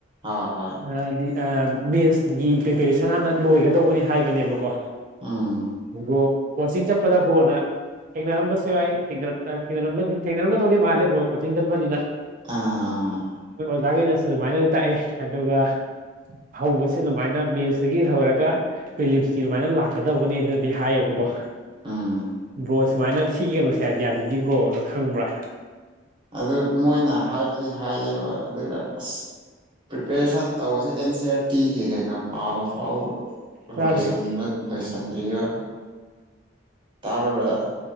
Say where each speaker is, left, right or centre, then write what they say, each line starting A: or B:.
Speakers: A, on the right (about 25°); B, on the right (about 40°).
A: ꯑꯥ ꯍꯣꯏ
B: ꯑ ꯗꯤ ꯑ ꯃꯦꯁꯒꯤ ꯄ꯭ꯔꯤꯄꯦꯔꯦꯁꯟ ꯍꯥꯟꯅ ꯂꯣꯏꯒꯗꯧꯕꯅꯤ ꯍꯥꯏꯕꯅꯦꯕꯀꯣ
A: ꯎꯝ
B: ꯍꯧꯗꯣꯡ ꯀꯣꯆꯤꯡ ꯆꯠꯄꯗ ꯕ꯭ꯔꯣꯅ ꯊꯦꯡꯅꯔꯝꯕꯁꯨ ꯌꯥꯏ ꯊꯦꯡꯅꯔꯛ <unintelligible> ꯊꯦꯡꯅꯔꯝꯒꯗꯧꯗꯤ ꯃꯥꯜꯂꯦ ꯕ꯭ꯔꯣ ꯀꯣꯆꯤꯡ ꯆꯠꯄꯅꯤꯅ
A: ꯑꯥ
B: ꯑꯣꯖꯥꯒꯩꯅꯁꯨ ꯑꯗꯨꯃꯥꯏꯅꯗꯤ ꯇꯥꯛꯑꯦ ꯑꯗꯨꯒ ꯍꯧꯕꯁꯦ ꯑꯗꯨꯃꯥꯏꯅ ꯃꯦꯟꯁꯇꯒꯤ ꯍꯧꯔꯒ ꯄ꯭ꯔꯤꯂꯤꯝꯁꯀꯤ ꯑꯗꯨꯃꯥꯏꯅ ꯂꯥꯛꯀꯗꯧꯕꯅꯦꯅꯗꯤ ꯍꯥꯏꯌꯦꯕꯀꯣ
A: ꯎꯝ
B: ꯕ꯭ꯔꯣ ꯁꯨꯃꯥꯏꯅ ꯁꯤꯒꯤ <unintelligible> ꯁꯤ ꯑꯥꯏꯗꯤꯌꯥꯁꯤꯗꯤ ꯕ꯭ꯔꯣꯅ ꯈꯪꯕ꯭ꯔꯥ
A: ꯑꯗꯨ ꯃꯣꯏꯅ ꯍꯥꯏꯕꯗꯤ ꯍꯥꯏꯌꯦꯕ ꯑꯗꯨꯒ ꯑꯁ ꯄ꯭ꯔꯤꯄꯦꯔꯦꯁꯟ ꯇꯧꯕꯁꯦ ꯑꯦꯟ ꯁꯤ ꯑꯥꯔ ꯇꯤꯒꯤ ꯀꯩꯀꯥ ꯄꯥꯕ ꯐꯥꯎ
B: ꯆꯥꯗ꯭ꯔꯤ
A: ꯂꯣꯏꯁꯟꯕ ꯂꯣꯏꯁꯤꯟꯗ꯭ꯔꯤꯕ ꯇꯥꯕ꯭꯭ꯔ ꯕꯥꯔ